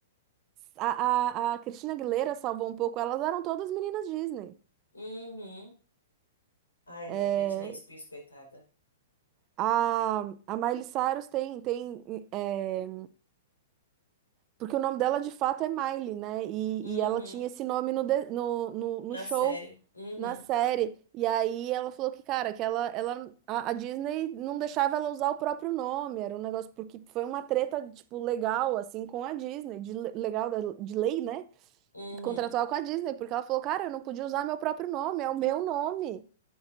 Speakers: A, on the right (about 35°); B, on the left (about 85°).
A: a, a, a Christina Aguilera salvou um pouco. Elas eram todas meninas Disney.
B: Uhum. Ai,
A: É,
B: a Britney Spears, coitada.
A: a, a Miley Cyrus tem, tem é, Porque o nome dela de fato é Miley, né? E,
B: Uhum.
A: e ela tinha esse nome no, de- no, no, no
B: Na
A: show,
B: série. Uhum.
A: na série. E aí ela falou que, cara, que ela, ela, a, a Disney não deixava ela usar o próprio nome. Era um negócio, porque foi uma treta, tipo, legal, assim, com a Disney, de le- legal, da- de lei, né?
B: Uhum.
A: Contratual com a Disney, porque ela falou, cara, eu não podia usar meu próprio nome, é o meu nome.